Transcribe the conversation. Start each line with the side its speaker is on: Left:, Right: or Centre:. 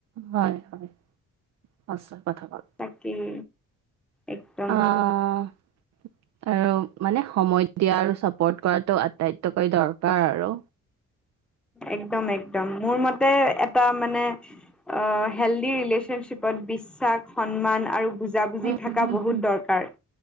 Right: হয় হয় সঁচা কথা কল
Centre: তাকেই একদম
Right: আহ আৰু মানে সময় দিয়া আৰু চাপৰ্ট কৰাটো আটাইতকৈ দৰকাৰ আৰু
Centre: একদম একদম মোৰ মতে এটা মানে অ হেল্ডি ৰিলেচনশ্বিপত বিশ্বাস সন্মান আৰু বুজাবুজি
Right: উম,
Centre: থকা
Right: হুম,
Centre: বহুত
Right: হুম।
Centre: দৰকাৰ